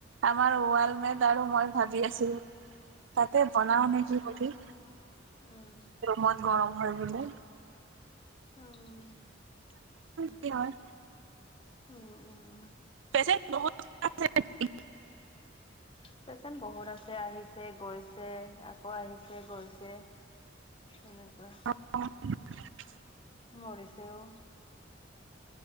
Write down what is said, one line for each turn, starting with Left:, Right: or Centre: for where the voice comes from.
Right: আমাৰ ৱাল মেট আৰু মই ভাবি আছিলো, তাতে বনাও
Left: উম
Right: নেকি বুলি।
Left: উম।
Right: মত গৰম হয় বোলে?
Left: উম, উম,
Right: কি হয়
Left: উম।
Right: <unintelligible> <unintelligible> <unintelligible>
Left: পেচেণ্ট বহুত আছে, আহিছে গৈছে আকৌ আহিছে গৈছে এনেকুৱা।
Right: <unintelligible>
Left: মৰিছে ও।